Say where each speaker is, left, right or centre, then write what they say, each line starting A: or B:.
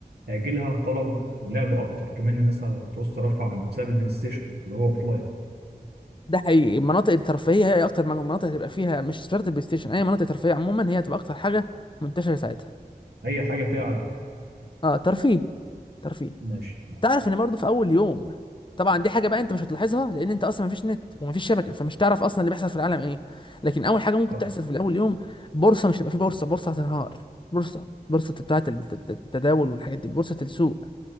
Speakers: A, on the right; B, on the left.
A: هيجي لها طلب ولعب اكتر كمان الناس هتعوز ترفع عن بسبب البلاي ستيشن اللي هو اوف لاين
B: ده حقيقي المناطق الترفيهيه هي اكتر مناطق هتبقى فيها مش شرط البلاي ستيشن اي مناطق ترفيهيه عموما هي هتبقى اكتر حاجه منتشره ساعتها
A: اي حاجه فيها العاب
B: اه ترفيه ترفيه
A: ماشي تمام.
B: تعرف ان برضه في اول يوم طبعا دي حاجه بقى انت مش هتلاحظها لان انت اصلا مفيش نت ومفيش شبكه فمش تعرف اصلا اللي بيحصل في العالم ايه لكن اول حاجه ممكن
A: صح
B: تحصل في الاول يوم بورصه مش هتبقى في بورصه بورصه هتنهار بورصه بورصه بتاعه الت- الت- التداول والحاجات دي بورصه السوق